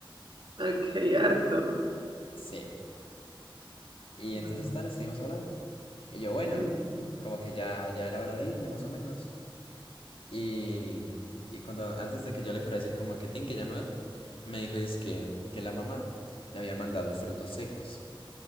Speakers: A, on the right; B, on the left.
A: Ok, harto.
B: Sí. Y
A: Bueno.
B: entonces, tan, estuvimos hablando. Y yo, bueno,
A: mm,
B: como que ya, ya era hora de irme más o menos. Y, y cuando antes de que yo le fuera a decir como que tin, que ya me voy, me dijo es que, que la mamá le había mandado frutos secos.